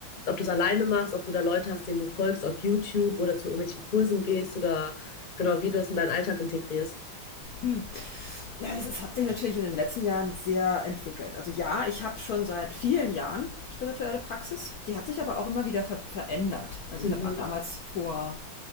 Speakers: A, on the left; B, on the left.
A: ob du es alleine machst, ob du da Leute hast, denen du folgst auf YouTube oder zu irgendwelchen Kursen gehst oder genau, wie du das in deinen Alltag integrierst.
B: Hm. Ja, das ist, hat sich natürlich in den letzten Jahren sehr entwickelt. Also ja, ich habe schon seit vielen Jahren spirituelle Praxis. Die hat sich aber auch immer wieder ver verändert. Also
A: Mhm,
B: ich habe damals vor